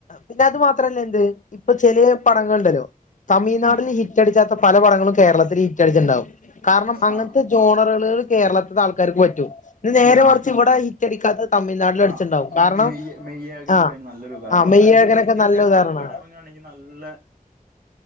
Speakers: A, on the left; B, on the right.
A: പിന്നെ അത് മാത്രല്ല എന്ത് ഇപ്പൊ ചെലേ പടങ്ങൾ ണ്ടല്ലോ തമിഴ്നാടിന്
B: ഉം
A: ഹിറ്റടിച്ചാത്ത പല പടങ്ങളും കേരളത്തില് ഹിറ്റടിച്ച്ണ്ടാവും കാരണം അങ്ങൻത്തെ
B: ആഹ്
A: ജോണറുകൾ കേരളത്തിലെ ആൾക്കാർക്ക് പറ്റൂ ഇത് നേരെ
B: ഉം
A: മറിച്ച്
B: ഉം
A: ഇവടെ റ്റടിക്കാ തിഴ്നാട്ടിലും അടിച്ണ്ടാവും
B: ആഹ്
A: കാരണം
B: <unintelligible> നല്ലൊരു
A: ആഹ്
B: ഉപകരണ
A: ആഹ് മെയ്ഴകനൊക്കെ
B: അത് ശെരിക്കൊക്കെ
A: നല്ല ഉദാഹരണാ
B: ആ ഇവിടെ എറങ്ങാണെങ്കിൽ നല്ലെ